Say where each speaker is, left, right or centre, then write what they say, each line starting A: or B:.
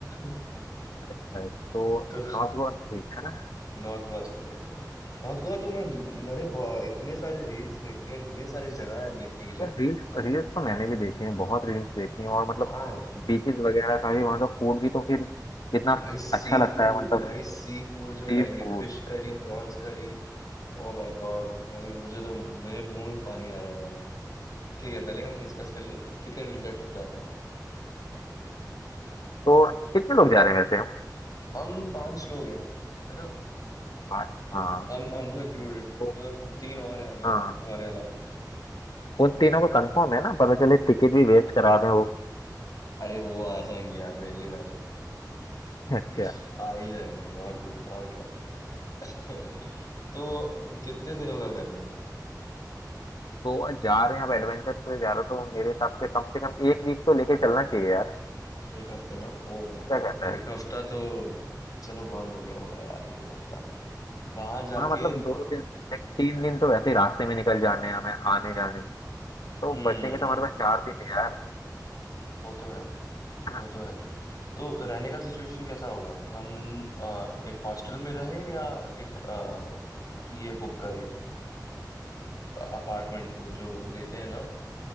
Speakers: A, on the left; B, on the left.
A: <laughs>
B: correct है। तो
A: तो
B: नॉर्थ गोवा तो ठीक है ना
A: नॉर्थ गोवा चलते हैं नॉर्थ गोवा तो मैं मैंने बहु- इतने सारे रील्स देखे हैं इतने सारी जगह है देखने के लिए
B: यार रील्स रील्स तो मैंने भी देखे हैं बहुत रील्स देखी हैं और मतलब
A: हाँ
B: बीचेस वगैरह का भी वहाँ का फूड भी तो फिर कितना
A: भाई सी
B: अच्छा लगता
A: फूड
B: है मतलब
A: भाई सी फूड जो
B: सी
A: खाएंगे
B: फूड
A: fish curry prawns curry Oh my god भाई मुझे तो मेरे मुंह में पानी आ रहा है यार ठीक है पहले हम डिस्कस कर ले कि कितने दिन का ट्रिप जाना है
B: तो कितने लोग जा रहे हैं वैसे हम
A: हम पांच लोग हैं है ना
B: पाँच हाँ
A: हम हमको इंक्लूडेड
B: तो
A: मतलब तीन और हैं हमारे
B: हाँ
A: हमारे अलावा
B: उन तीनों का कंफर्म है ना पता चले टिकट भी वेस्ट करा दें वो
A: अरे वो आ जाएंगे यार वेले बैठे
B: अच्छा
A: <laughs> आ ही जाएंगे और कुछ और क्या <laughs> तो कितने दिनों का करना है
B: तो जा रहे हैं अब एडवेंचर में जा रहे हो तो मेरे हिसाब से कम से कम एक वीक तो लेके चलना चाहिए यार
A: एक हफ्ते ना ओ माय
B: क्या
A: गॉड
B: कहता है
A: एक हफ्ता तो चलो बहुत बढ़िया होगा यार एक हफ्ता वहां जाके
B: हाँ मतलब दो
A: प...
B: दिन एक तीन दिन तो वैसे ही रास्ते में निकल जाने हैं हमें आने जाने में तो
A: हम्म
B: बचेंगे तो हमारे पास चार दिन है यार
A: वो तो है
B: है ना
A: वो तो है तो रहने का सिचुएशन कैसा होगा हम अ, एक हॉस्टल में रहे या एक अ, ये बुक करें अपार्टमेंट वो जो देते हैं ना